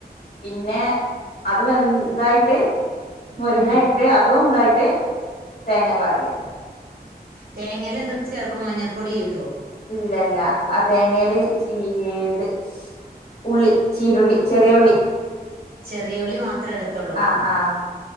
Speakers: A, on the left; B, on the right.
A: പിന്നെ അത് വെന്തായിട്ട് മുരിങ്ങ
B: ഉം
A: ഇട് ട്ട് അതും ഇതായിട്ട് തേങ്ങ പാരാ
B: തേങ്ങേല് എന്തൊക്കെ ചേർക്കും മഞ്ഞപ്പൊടി ഇടോ?
A: ഇല്ലല്ലാ ആഹ് തേങ്ങേല് ഈ ഇത് ഉള്ളി ചീരുള്ളി ചെറിയ ഉള്ളി
B: ചെറിയുളളി മാത്രേ ഇടത്തുള്ളൂ
A: ആഹ് ആഹ്